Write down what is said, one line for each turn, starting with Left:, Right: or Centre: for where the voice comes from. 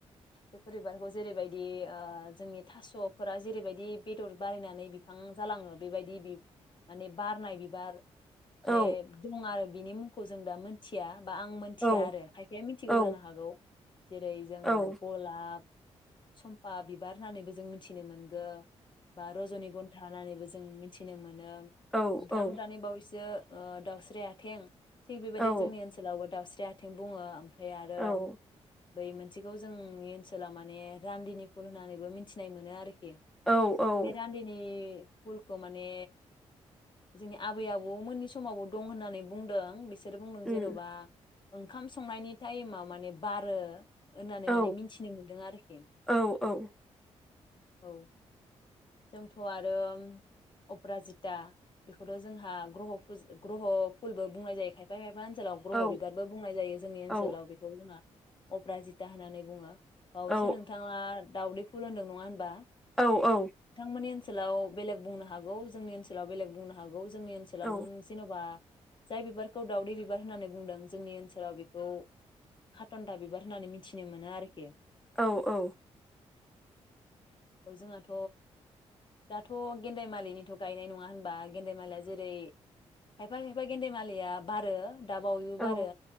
Left: बेफोर बिबारखौ जेरैबाय बे ओ जोंनि थासफोरा जेरैबायदि बेदर बारिनानै बिफां जालाङो बेबायदि बि माने बारनाय बिबार
Centre: औ
Left: ने दं आरो बिनि मुंखौ जों दा मोनथिया बा आं मोन्थिया
Centre: औ
Left: आरो, खायफाया मिथिगौबो
Centre: औ
Left: जानो हागौ। जेरै जोङो
Centre: औ
Left: गलाब सम्पा बिबार होननानैबो जों मिथिनो मोनगो बा रजनि घन्था होनानानैबो जों मिथिनो मोनो
Centre: औ
Left: नोंथांङाथ'
Centre: औ
Left: दानि बावैसो ओ दाउस्रि आथें थिग बेबायदिनो
Centre: औ
Left: जोंनि ओनसोलावबो दावउसिन जेहाथिं बुङो ओ ओमफ्राय आरो
Centre: औ
Left: बै मोनसेखौ जोंनि ओनसोला माने रान्दिनि फुल होननानैबो मिथिनाय मोनो आरोखि
Centre: औ औ
Left: बे रान्दि उलखौ माने जोंनि आबै आबौ मोननि समावबो दं होननानै बुंदों बिसो सोरो बुं नों
Centre: उम
Left: जेनबा ओंखाम संनायनि टाइमाव माने बारो होननानै
Centre: औ
Left: माने मिथिनो मोन्दों आरोखि
Centre: औ औ
Left: औ जोंथ आरो अप्रााजिता बेखौथ जोंहा ग्रह फु ग्रह फुलबो बुंनाय जायो खायफा खायफानो ओनसोलाव ग्रह
Centre: औ
Left: बिबारबो बुंनाय जायो जोंनि
Centre: औ
Left: ओनसोलाव बेखौ जोंहा अप्राजिता होननानै बुङो । बावैसो
Centre: औ
Left: नोंथांङा दाावदै फुलुमदों नङा होनबा?
Centre: औ औ
Left: योनि ओनोलाव बेलग बुंनो हागौ जोंनि ओनसाव बेले बुंनो हागौ। जोंनि ओनसोलाव
Centre: औ
Left: नों जेनबा जाय बिबारखौ दावदै बिबार होननानै बुंदों जोंनि ओनसोलाव बेखौ खाटन्दा बिबार होननानै मिथिनो मोनो आरोखि।
Centre: औ औ
Left: औ जोंहथ दाथ गेन्दाय मालिनिथ गायनाय नङा होनबा। गेन्देमालाया जेरै खायफा खायफा गेन्देमालिया बारो दाबावोबो
Centre: औ
Left: आरो